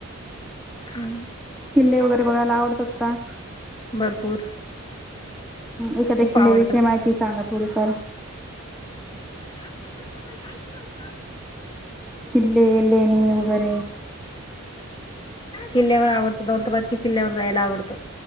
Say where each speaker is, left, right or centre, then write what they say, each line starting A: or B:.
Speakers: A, on the left; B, in the centre.
A: हा
B: किल्ले वगैरे बघायला आवडतात का
A: भरपूर
B: एखाद्या
A: खूप
B: किल्ल्याविषय
A: आवडतं
B: माहिती सांगा थोडीफार
A: म्हण अस नवत
B: किल्ले ललेणे वगैर
A: किल्ल्यावर आवडत दनत बचची किल्ल्यावर जायला आवडत